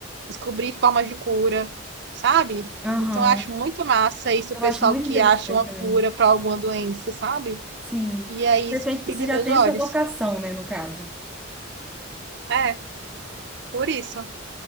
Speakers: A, on the right; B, in the centre.
A: descobrir formas de cura, sabe?
B: Aham.
A: Então eu acho muito massa isso,
B: Eu
A: o pessoal
B: acho muito
A: que
B: interessante
A: acha uma
B: também.
A: cura para alguma doença, sabe?
B: Sim.
A: E é isso
B: Você sente
A: que
B: que
A: brilha
B: você já
A: meus
B: tem
A: olhos.
B: essa vocação, né, no caso.
A: É, por isso.